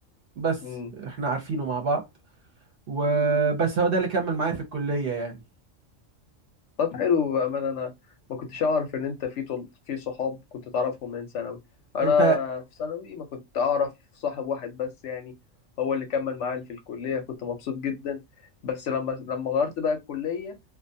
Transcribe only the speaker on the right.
بس
احنا عارفينه مع بعض وبس هو ده اللي كمل معايا في الكلية يعني
انت